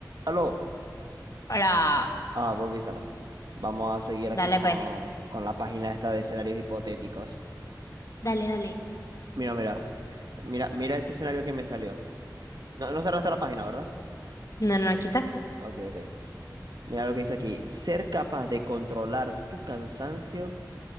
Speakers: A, on the right; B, on the left.
A: Aló,
B: Hola.
A: ah, volví Sara. Vamos a seguir aquí
B: Dale,
A: con,
B: pues.
A: con la página esta de escenarios hipotéticos.
B: Dale, dale.
A: Mira, mira, mira, mira este escenario que me salió. No, no cerraste la página, ¿verdad?
B: No, no, aquí está.
A: Ok, ok. Mira lo que dice aquí. Ser capaz de controlar tu cansancio